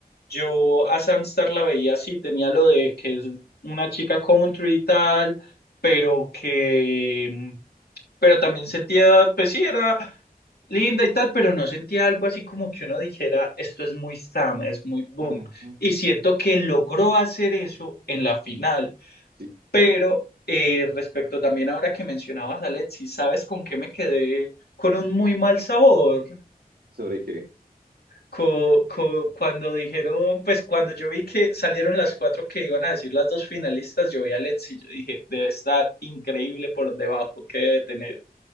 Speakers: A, on the left; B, on the right.
A: Yo a Samstar la veía así, tenía lo de que es una chica country y tal, pero que, pero también sentía, pues sí, era linda y tal, pero no sentía algo así como que uno dijera, esto es muy Sam, es muy boom.
B: Ah, no.
A: Y siento que logró hacer eso en la final,
B: Sí.
A: pero... eh, respecto también ahora que mencionabas a Letzi, ¿sabes con qué me quedé con un muy mal sabor?
B: ¿Sobre qué?
A: co- co- cuando dijeron, pues cuando yo vi que salieron las cuatro que iban a decir las dos finalistas, yo vi a Let's y yo dije, debe estar increíble por debajo, que debe tener.